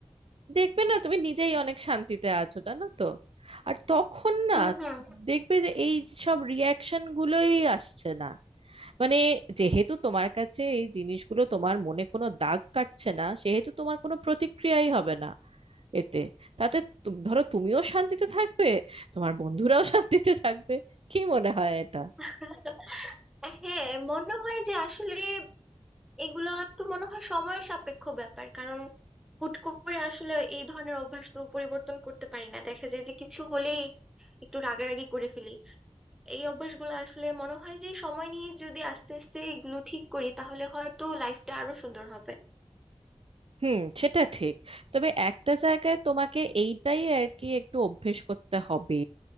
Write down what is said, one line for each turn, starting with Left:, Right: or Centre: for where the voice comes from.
Right: দেখবে না তুমি নিজেই অনেক শান্তিতে আছো জানো তো আর তখন না
Centre: হুম হুম
Right: দেখবে যে এই সব রিয়াকশন গুলোই আসছে না মানে যেহেতু তোমার কাছে এই জিনিসগুলো তোমার মনে কোনো দাগ কাটছে না সেহেতু তোমার কোনো প্রতিক্রিয়াই হবে না এতে তাতে তু- ধরো তুমিও শান্তিতে থাকবে তোমার বন্ধুরাও <laughs> শান্তিতে থাকবে কি মনে হয় এটা
Centre: <laughs> হ্যাঁ মনে হয় যে আসলে এগুলো একটু মনে হয় সময় সাপেক্ষ ব্যাপার কারণ হুট করে আসলে এই ধরনের অভ্যাস তো পরিবর্তন করতে পারি না দেখা যায় যে কিছু হলেই একটু রাগারাগি করে ফেলি এই অভ্যাসগুলো আসলে মনে হয় যে সময় নিয়ে যদি আস্তে আস্তে এগুলো ঠিক করি তাহলে হয়তো লাইফটা আরো সুন্দর হবে
Right: হুম সেটা ঠিক তবে একটা জায়গায় তোমাকে এইটাই আর কি একটু অভ্যেস করতে হবে